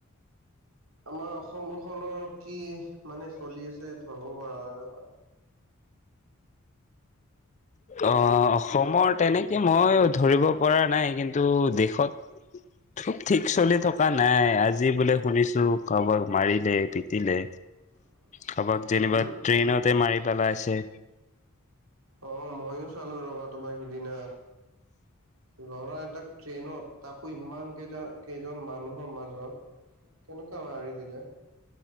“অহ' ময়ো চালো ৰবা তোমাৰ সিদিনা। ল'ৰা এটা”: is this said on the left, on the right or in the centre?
Right